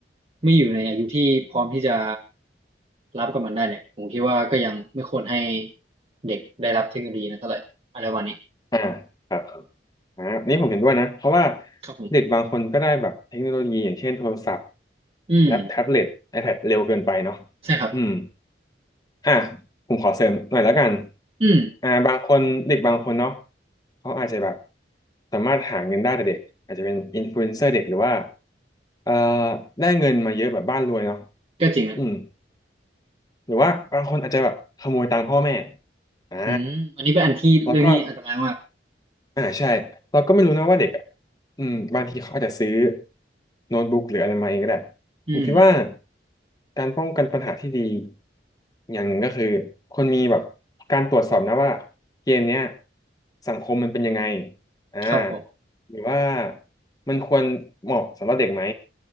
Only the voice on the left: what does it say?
อ่าครับอ่านี่ผมเห็นด้วยนะเพราะว่า
เด็กบางคนก็ได้แบบเทคโนโลยีอย่างเช่นโทรศัพท์
แล็ปแท็บเล็ต iPad เร็วเกินไปเนาะ
อืมอ่าผมขอเสริมหน่อยแล้วกัน
อ่าบางคนเด็กบางคนเนาะเขาอาจจะแบบสามารถหาเงินได้แต่เด็กอาจจะเป็นอินฟลูเอนเซอร์เด็กหรือว่าเอ่อได้เงินมาเยอะแบบบ้านรวยเนาะ
อืม หรือว่าบางคนอาจจะแบบขโมยตังค์พ่อแม่อ่า
แล้วก็อ่าใช่เราก็ไม่รู้นะว่าเด็กอ่ะอืมบางทีเขาอาจจะซื้อโน้ตบุ๊กหรืออะไรมาเองก็ได้
ผมคิดว่าการป้องกันปัญหาที่ดีอย่างหนึ่งก็คือคนมีแบบการตรวจสอบนะว่าเกมเนี้ยสังคมมันเป็นยังไงอ่า
หรือว่ามันควรเหมาะสำหรับเด็กไหม